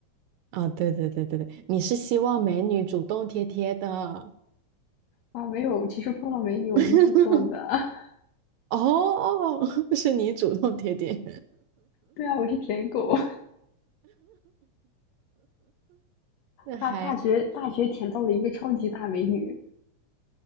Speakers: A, on the right; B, on the left.
A: 啊，对对对对对，你是希望美女主动贴贴的。
B: 啊，没有，其实碰到美女我很主动的，
A: <laughs>
B: <laughs>
A: 哦，<laughs> 是你主动贴贴，
B: 对啊，我是舔狗，
A: <laughs> 那还
B: 大大学大学舔到了一个超级大美女，